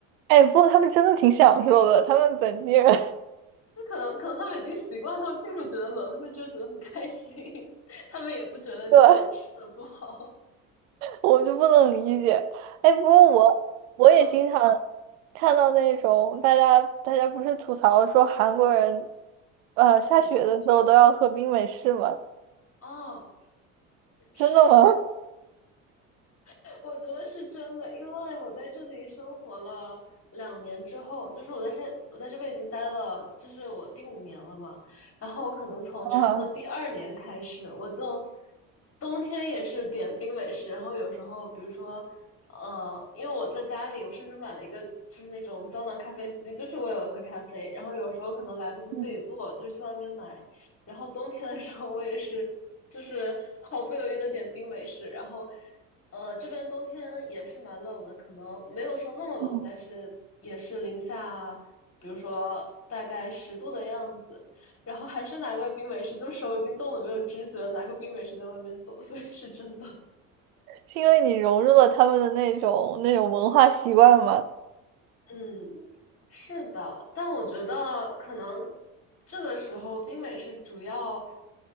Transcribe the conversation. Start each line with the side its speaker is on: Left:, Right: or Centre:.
Right: 哎，不过他们真的挺享受的，他们本地人。
Left: 就可能可能他们已经习惯，他们并不觉得冷，他们就觉得很开心，<laughs> 他们也不觉得就是吃的不好。
Right: <laughs> 对。我就不能理解。哎，不过我我也经常
Left: 嗯
Right: 看到那种大家大家不是吐槽说韩国人，呃，下雪的时候都要喝冰美式吗？
Left: 嗯，哦，是的。
Right: 真的吗？
Left: <laughs> 我觉得是真的，因为我在这里生活了两年之后，就是我在这我在这边已经待了，就是我第五年了嘛。然后我可能从差不多第二年开始，
Right: <laughs> 啊，
Left: 我就冬天也是点冰美式，然后有时候比如说，呃，因为我在家里，我甚至买了一个就是那种胶囊咖啡机，就是为了喝咖啡。然后有时候可能来不及自己做，
Right: 嗯
Left: 就是去外面买。然后冬天的时候，我也是，就是毫不犹豫的点冰美式。然后，呃，这边冬天也是蛮冷的，可能没有说那么冷，
Right: 嗯，
Left: 但是也是零下，比如说大概十度的样子。然后还是拿个冰美式，就手已经冻得没有知觉了，拿个冰美式在外面走，所以是真的。
Right: 是因为你融入了他们的那种那种文化习惯吗？
Left: 嗯，是的，但我觉得可能这个时候冰美式主要